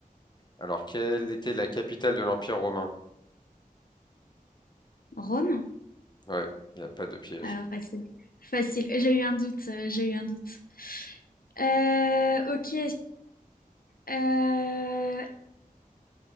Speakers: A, on the left; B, on the left.
A: Alors, quelle était la capitale de l'Empire romain?
B: Rome?
A: Ouais, il n'y a pas de piège.
B: Ah, facile. Facile. J'ai eu un doute, euh, j'ai eu un doute. Euh, ok. Euh,